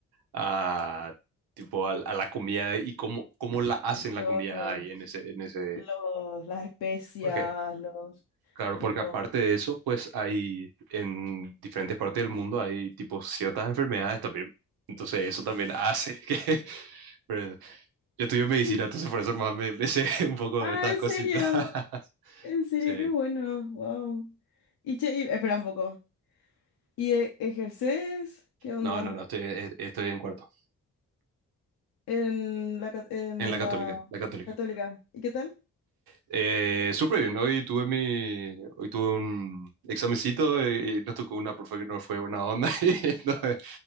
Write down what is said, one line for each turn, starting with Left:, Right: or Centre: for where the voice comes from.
Right: a, tipo, a, a la comida y cómo, cómo la hacen
Left: El choque.
Right: la comida ahí en ese, en ese...
Left: los, las especias,
Right: ¿Por qué?
Left: los
Right: Claro,
Left: tipo.
Right: porque aparte de eso, pues hay en diferentes partes del mundo hay tipo ciertas enfermedades también. Entonces eso también hace <laughs> que... Pero yo estudio
Left: <laughs>
Right: medicina, entonces por eso más me, me sé <laughs> un poco
Left: Ah,
Right: de estas
Left: en
Right: cositas.
Left: serio,
Right: <laughs>
Left: en serio,
Right: Sí.
Left: qué bueno, wow. Y che, y- espera un poco. ¿Y e- ejerces? ¿Qué onda?
Right: No, no, no, estoy, e-, estoy en cuarto,
Left: En la, ca- en
Right: en la católica,
Left: la
Right: la católica.
Left: católica. ¿Y qué tal?
Right: Eh, súper bien, hoy tuve mi, hoy tuve un examencito y, y nos tocó una profe que no fue buena onda. <laughs> y entonces,